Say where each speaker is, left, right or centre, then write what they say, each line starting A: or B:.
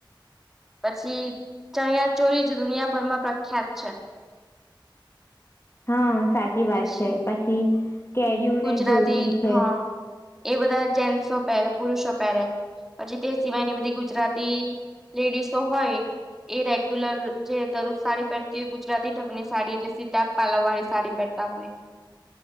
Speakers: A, in the centre; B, on the left.
A: પછી ચણિયા ચોળી જ દુનિયાભર માં પ્રખ્યાત છે.
B: હા સાચી વાત
A: પછી
B: છે. પછી કેળીયું
A: ગુજરાતી
B: ને ધોતી છે.
A: હા એ બધા જેન્ટસો પહેરે, પુરુષો પહેરે પછી તે સિવાયની બધી ગુજરાતી લેડીસો હોય એ રેગ્યુલર જે દરરોજ સાડી પહેરતી હોય ગુજરાતી ઢગની સાડી એટલે સીતા પાલવ વાળી સાડી પહેરતા હોય.